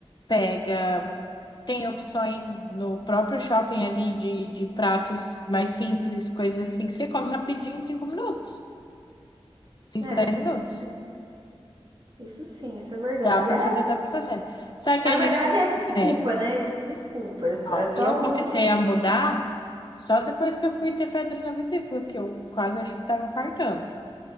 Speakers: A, on the left (about 45°); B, on the right (about 55°).
A: pega. Tem opções no próprio shopping ali de, de pratos mais simples, coisas assim que você come rapidinho em cinco minutos. cinco
B: É,
A: dez minutos.
B: isso sim. Isso sim, isso é verdade.
A: Dá para
B: É,
A: fazer adaptações. Só que
B: Na
A: a gente,
B: verdade, é desculpa,
A: né?
B: né? Desculpas,
A: Ó,
B: É só
A: eu
B: um
A: comecei
B: monte de
A: a
B: desculpa.
A: mudar só depois que eu fui ter pedra na vesícula, que eu quase achei que tava infartando.